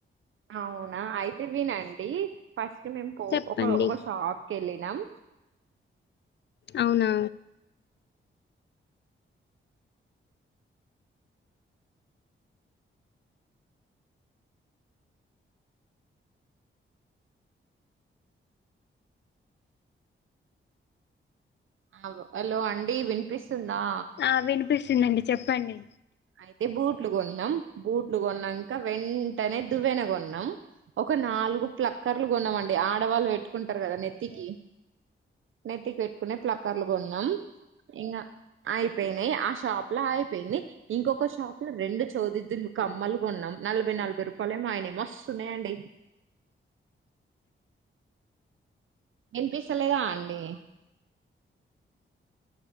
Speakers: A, on the right; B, on the left.
A: అవునా అయితే వినండి, ఫస్ట్ మేము పో
B: చెప్పండి
A: ఒక ఒక షాప్ కేళ్ళినాం.
B: అవునా
A: అగో హలో అండి వినిపిస్తుందా.
B: ఆ వినిపిస్తుందండి చెప్పండి.
A: అయితే బూట్లు గొన్నాం, బూట్లు గొన్నంక వెంటనే దువ్వేన గొన్నాం. ఒక నాలుగు ప్లక్కర్లు కొన్నామండి ఆడవాళ్ళు పెట్టుకుంటారు కదా నెత్తికి. నెత్తి పెట్టుకునే ప్లకర్లు గొన్నాం. ఇంగా అయిపోయినాయి, ఆ షాప్ లో అయిపోయింది. ఇంకొక షాప్ లో రెండు చోవ్ దిద్దులు కమ్మలు కొన్నాం నలభై, నలభై రూపాయలే ఏమో అయినాయి, మస్తున్నాయండి. ఇన్పిస్తలేదాఅండి